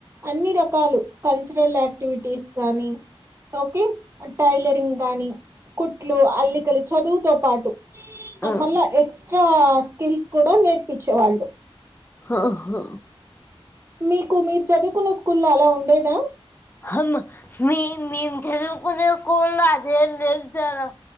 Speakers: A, on the right; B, on the left.
A: అన్ని రకాలు కల్చరల్ యాక్టివిటీస్ ని ఓకే టైలరింగ్ గానీ కుట్లు, అల్లికలు చదువుతో పాటు
B: అవును
A: అమ్మల్ల ఎస్ ఆ స్కిల్స్ కూడా నేర్పించేవాళ్ళు.
B: ఆహా
A: మీకు మీరు చదువుకున్న స్కూల్లో అలా ఉండేదా.
B: అమ్మ మీ మేము చదువుకునే స్కూళ అదే లేదు. సారా